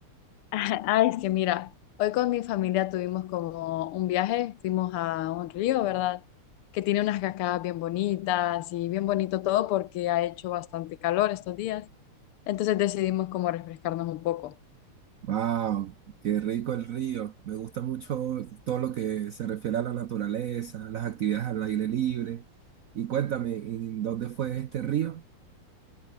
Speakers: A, on the left (about 80°); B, on the right (about 85°).
A: Ah, es que mira, hoy con mi familia tuvimos como un viaje, fuimos a un río, ¿verdad? Que tiene unas cascadas bien bonitas y bien bonito todo porque ha hecho bastante calor estos días. Entonces decidimos como refrescarnos un poco.
B: ¡Wow! ¡Qué rico el río! Me gusta mucho todo lo que se refiere a la naturaleza, las actividades al aire libre. Y cuéntame, ¿en dónde fue este río?